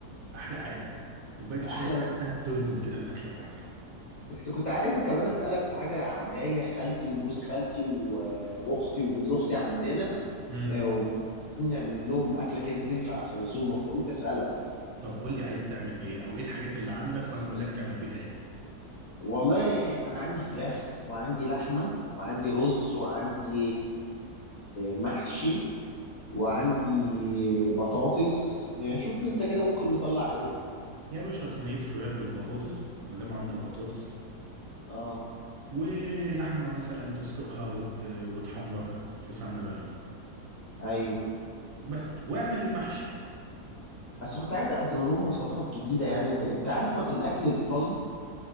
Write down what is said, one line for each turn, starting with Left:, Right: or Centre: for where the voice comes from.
Right: احلى حاجه كوبايه
Left: ده
Right: الشاي
Left: احلى
Right: تحسها
Left: من
Right: بتهضم كده الاكل معاك
Left: بس كنت عايز كمان اسالك في حاجه ع- جايه خالتي وجوز خالتي و- واختي وجوز اختي عندنا
Right: امم
Left: آه، ونعمل لهم اكله كده تنفع في عزومه فقلت اسالك
Right: طب قول لي عايز تعمل ايه او ايه الحاجات اللي عندك وانا اقول لك تعمل بيها ايه
Left: والله انا عندي فراخ وعندي لحمه وعندي رز وعندي محشي وعندي بطاطس يعني شوف انت كده ممكن نطلع ايه
Right: يا باشا صينيه فراخ بالبطاطس ما دام عندك بطاطس
Left: اه
Right: ولحمه مثلا تسلقها وت... وتحمرها في سمنه بلدي
Left: ايوه
Right: بس واعمل المحشي
Left: بس كنت عايز اقدم لهم وصفات جديده يعني زي انت عارف ما... الاكل الايطالي